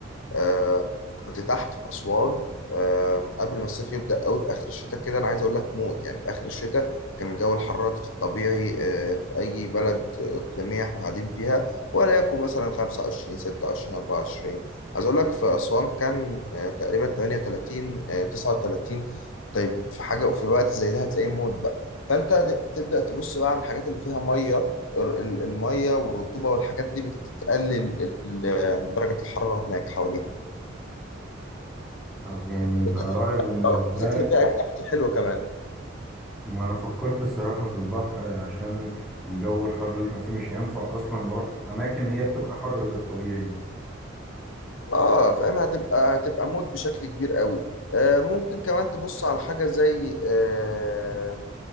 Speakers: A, on the left (about 75°); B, in the centre.
A: آه، كنت تحت في اسوان آه، قبل ما الصيف يبدا قوي في اخر الشتاء كده انا عايز اقول لك موت يعني في اخر الشتاء كان جو الحراره في الطبيعي آه، في اي بلد آه، اقليميه احنا قاعدين فيها ولا يكون مثلا 25 26 24 عايز اقول لك في اسوان كان آه، تقريبا 38 آه، 39 طيب في حاجه في الوقت زي ده هتلاقيه موت فانت ت- تبدا تبص بقى على الحاجات اللي فيها ميه الر- ال- الميه والرطوبه والحاجات دي بتقلل ال- ال- درجه الحراره هناك حواليها
B: طب يعني انت
A: بالذات
B: رأيك بالنسبة لك
A: بالذات ان فيها اكل حلوه كمان
B: ما انا فكرت الصراحة في البحر عشان الجو الحر اللي احنا فيه مش هينفع اصلا نروح اماكن هي بتبقى حر في الطبيعي
A: اه فاهم هتبقى هتبقى مود بشكل كبير قوي آه ممكن كمان تبص على حاجه زي آه